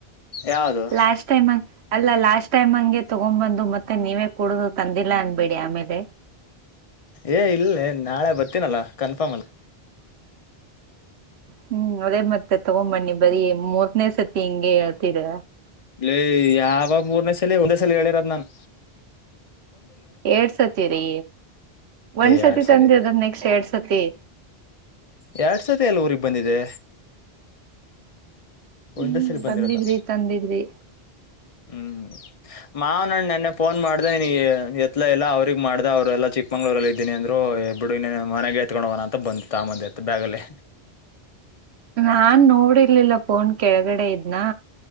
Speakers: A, on the left; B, on the right.
A: ಯಾವ್ದು
B: ಲಾಸ್ಟ್ ಟೈಮ್ಂಗ ಅಲ್ಲ ಲಾಸ್ಟ್ ಟೈಮ್ ಹಂಗೆ ತಗೊಂಡ್ ಬಂದು ಮತ್ತೆ ನೀವೇ ಕುಡುದು ತಂದಿಲ್ಲ ಅನ್ಬೇಡಿ ಆಮೇಲೆ
A: ಏ ಇಲ್ಲ ನಾಳೆ ಬರ್ತೀನಲ್ಲ ಕನ್ಫರ್ಮ್ ಅಲ್ಲ
B: ಹ್ಮ್ ಅದೇ ಮತ್ತೆ ತಗೊ್ಂಬನ್ನಿ ಬರೀ ಮೂರ್ನೇ ಸತಿ ಹಿಂಂಗಗೆ ಹೇಳ್ತಿದ
A: ಇಲ್ಲ ಯಾವ ಮೂರ್ನೇ ಸಲ ಒಂದೇ ಸಲ ಹೇಳಿರದ್ ನನ್ು.
B: ಎಏಡ್ ಸತಿ ರೀ ಒಂದ್ಸತಿ
A: ಏ ಎರಡ್
B: ತಂದ್ರಿ
A: ಸಲಿ
B: ಅದನ್ ನೆಕ್ಸ್ಟ್ ಎರಡ್ ಸತಿ.
A: ಎರಡ್ ಸಾವಿರ ಎಲ್ಲ ಊರಿಗೆಗ್ ಬಂದಿದೆ.
B: ಹ್ಮ್
A: ಒಂದ ಸಲ್ಲಿ ಬಂದಿರೋದ
B: ಬಂದಿದ್ರಿ ತಂದಿದ್ರಿ
A: ಹ್ಮ್ ಮಾ. ನಾನು ನೆನ್ನೆ ಫೋನ್ ಮಾಡ್ದ ಎತ್ಲ ಎಲ್ಲ ಅವ್ರಗ್ ಮಾಡ್ದ ಅವ್ರು ಎಲ್ಲ ಚಿಕ್ಕಮಂಗಳೂರಲ್ಲಿ ಇದ್ದಿನಿ ಅಂದ್ರು ಬಿಡು ಮನೆಗೆ ಎತ್ಕೊಂಡ್ ಹೋಗಣ ಅಂತ ಬಂದ ತಮ್ಮಂದಿ ಎತ್ತು ಬ್ಯಾಗಲ್ಲಿ.
B: ನಾನ್ ನೋಡಿರ್ಲಿಲ್ಲ. ಫೋನ್ ಕೆಳಗಡೆ ಇದ್ನಾ